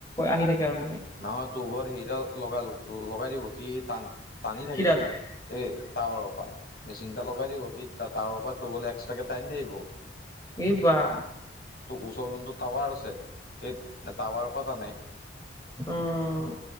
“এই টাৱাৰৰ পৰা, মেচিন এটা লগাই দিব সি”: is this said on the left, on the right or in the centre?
Left